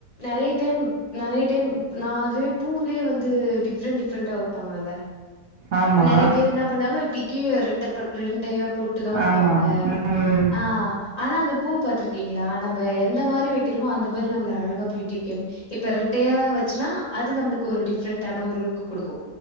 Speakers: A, on the left; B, on the right.
A: நெறய டைம் நெறைய டைம் நா அதுலே பூவுலே வந்து டிஃப்ரெண்ட் டிஃப்ரெண்ட்டா வப்பாங்கல்ல
B: ஆமா
A: நெறைய பேர் என்ன பண்ணுவாங்க இப்டிக்கு ரெட்டப ரெட்டையா போட்டுதா வப்பாங்க
B: ஆமா ம்
A: அஆ ஆனா அந்த பூ பாத்ருக்கீங்ளா நம்ப எந்த மாரி வைக்கிறமோ அந்த மாரி நம்மள அழகா பியூட்டிக்கும் இப்ப ரெட்டையா வச்சோனா அது நம்ளுக்கு ஒரு டிஃப்ரெண்டான ஒரு லுக்கு குடுக்கு